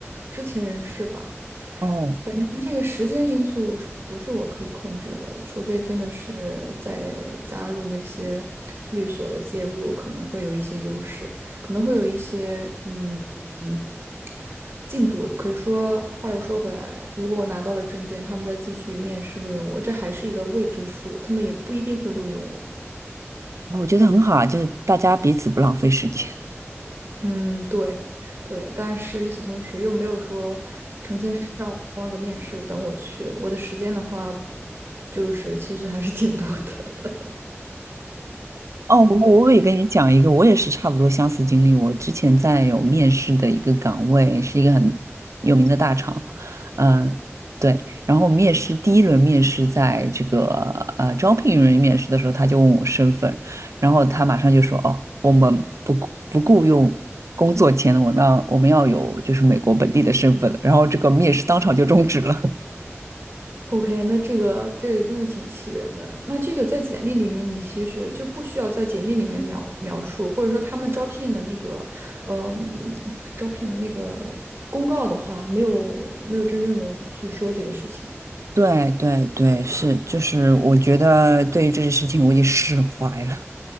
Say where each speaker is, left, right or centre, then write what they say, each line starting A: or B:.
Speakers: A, on the right; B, on the right.
A: 知情人士吧。
B: 哦，
A: 觉得这个时间因素是不是我可以控制的？除非真的是在加入那些律所的介入，可能会有一些优势，可能会有一些嗯嗯进度。可是说话又说回来，如果我拿到了证件，他们再继续面试录用我，这还是一个未知数，他们也不一定会录用我。
B: 我觉得很好啊，就是大家彼此不浪费时间。
A: 嗯，对，对，但是与此同时又没有说成千上万个面试等我去，我的时间的话，就是其实还是挺多的。
B: 哦，我我也跟你讲一个，我也是差不多相似经历。我之前在有面试的一个岗位，是一个很有名的大厂，嗯、对。然后面试第一轮面试，在这个呃招聘人员面试的时候，他就问我身份，然后他马上就说：“哦，我们不雇不雇佣工作签的，我们要我们要有就是美国本地的身份了。”然后这个面试当场就终止了。
A: OK，那这个这个真的挺气人的。那这个在简历里面，你其实就不需要在简历里面描描述，或者说他们招聘的那个，呃，嗯招聘那个公告的话，没有没有真正的去说这个事情。
B: <laughs> 对对对，是，就是我觉得对于这件事情我已经释怀了。